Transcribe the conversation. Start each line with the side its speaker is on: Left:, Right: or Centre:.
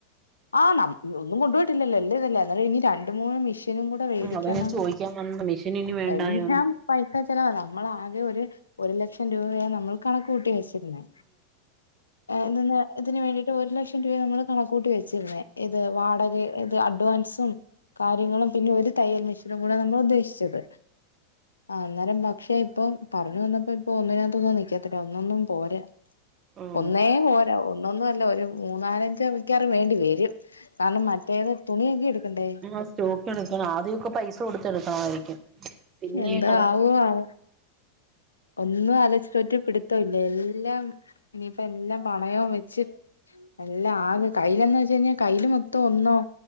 Left: ആ ന ഒന്നും കൊണ്ടോയിട്ടില്ലല്ലോ എല്ല ഇതല്ലേ അന്നേരം ഇനി ര രണ്ട് മൂന്ന് മിഷീനും കൂടെ വെടിക്കണം
Right: അതാ ഞാൻ ചോദിക്കാൻ വന്നത് മെഷീൻ ഇനി വേണ്ടായോന്ന്
Left: എല്ലാം പൈസ ചെലവാ നമ്മളാകെ ഒര് ഒരു ലക്ഷം രൂപയാ നമ്മള് കണക്ക് കൂട്ടി വെച്ചിര്ന്നേ ഇത് ന് ഇത് ന് വേണ്ടിട്ട് ഒരു ലക്ഷം രൂപ നമ്മള് കണകൂട്ടി വെ, ചിരിന്ന് ഇത് വാടക ഇത് അഡ്വാൻസും കാര്യങ്ങളും പിന്നെ ഒരു തയ്യൽ മെഷീനും കൂടെ നമ്മൾ ഉദ്ദേശിച്ചത് ആ അന്നേരം പക്ഷേ ഇപ്പം പറഞ്ഞു വന്നപ്പോ ഇപ്പൊ ഒന്നിനകത്ത്ന്നും നൽക്കാത്തില്ല ഒന്നൊന്നും പോരാ
Right: ഉം
Left: ഒന്നേ പോരാ ഒന്നൊന്നും അല്ല ഒരു മൂന്നാലഞ്ച വക്കാറും വേണ്ടി വരും കാരണം മറ്റേത് തുണിയൊക്കെ എടുക്കണ്ടേ
Right: ആ സ്റ്റോക്ക് എടുക്കണം ആദ്യമൊക്കെ പൈസ കൊടുത്തെടുക്കണമായിരിക്കും പിന്നെ
Left: എന്താ
Right: കടം
Left: ആവോ
Right: കിട്ടും.
Left: ആവോ ഒന്നും അലോജിച്ചിട്ട് ഒരു പിടി ത്തല്ല എല്ലാം ഇനിയിപ്പല്ലാം പണയവും വെച്ച് എല്ലാം ആ കെ കൈയിലന്ന് വെച്ചു കഴിഞ്ഞാൽ കയ്ൽ മൊത്തം ഒന്നും